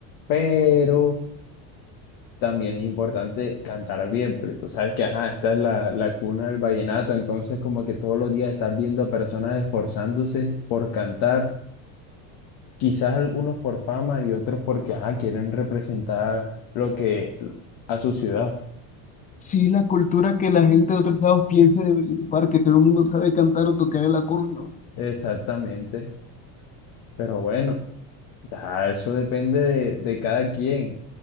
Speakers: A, on the left; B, on the left.
A: Pero también es importante cantar bien, porque tú sabes que, ajá, esta es la, la cuna del vallenato, entonces como que todos los días estás viendo a personas esforzándose por cantar Quizás algunos por fama y otros porque ajá, quieren representar lo que a su ciudad.
B: Sí, la cultura que la gente de otros lados piensa de Valledupar, que todo el mundo sabe cantar o tocar el acordeón.
A: Exactamente. Pero bueno, ya eso depende de, de cada quien.